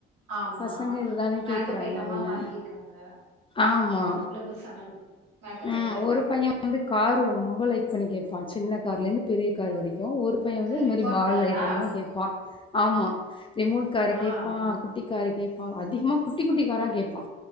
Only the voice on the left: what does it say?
பசங்க இதுதான கேக்குறாங்க
அப்டின்ன
ஆமா
ம்
ஒரு பைய வந்து கார் ரொம்ப லைக் பண்ணி கேப்பா சின்ன கார்ல இருந்து பெரிய கார் வரைக்கு ஒரு பைய வந்து
இந்த
மாரி பால்
ஐட்டோதா கேப்பா ஆமா ரிமோட் காரு கேப்
குட்டி காரு கேப்பா அதிகமா குட்டி குட்டி காரா கேப்பா